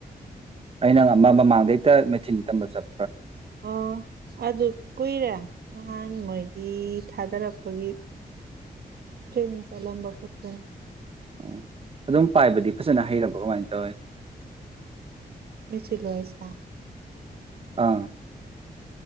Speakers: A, on the right (about 35°); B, on the right (about 70°).
A: ꯑꯩꯅꯪ ꯑꯃ ꯃꯃꯥꯡꯗꯩꯛꯇ ꯃꯦꯆꯤꯟ ꯇꯝꯕ ꯆꯠ
B: ꯑꯣ ꯑꯗꯨ ꯀꯨꯏꯔꯦ ꯅꯍꯥꯟ ꯃꯣꯏꯒꯤ ꯊꯥꯗꯔꯛ ꯑꯩꯒꯤ ꯇ꯭ꯔꯦꯅꯤꯡ ꯆꯠꯂꯝꯕ ꯈꯠꯇꯅꯤ
A: ꯎꯝ ꯑꯗꯨꯝ ꯄꯥꯏꯕꯗꯤ ꯐꯖꯅ ꯍꯩꯔꯕ꯭ꯔꯣ ꯀꯃꯥꯏꯅ ꯇꯧꯋꯤ
B: ꯃꯦꯆꯤꯜꯂꯣ ꯍꯥꯏꯁꯦ
A: ꯑꯥ